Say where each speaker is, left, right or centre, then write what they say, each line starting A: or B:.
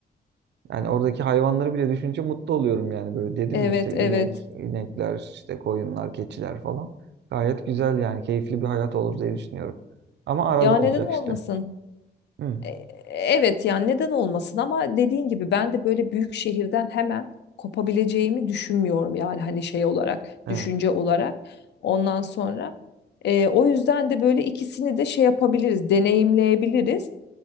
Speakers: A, on the right (about 80°); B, on the left (about 80°).
A: Yani oradaki hayvanları bile düşünce mutlu oluyorum yani böyle dedim
B: Evet,
A: ya işte inek,
B: evet.
A: inekler, işte koyunlar, keçiler falan. Gayet güzel yani keyifli bir hayat olur diye düşünüyorum. Ama arada
B: Ya
A: olacak
B: neden olmasın?
A: işte. Hı,
B: E- Evet yani neden olmasın ama dediğin gibi ben de böyle büyük şehirden hemen kopabileceğimi düşünmüyorum yani hani şey olarak,
A: evet
B: düşünce olarak. Ondan sonra e, o yüzden de böyle ikisini de şey yapabiliriz, deneyimleyebiliriz.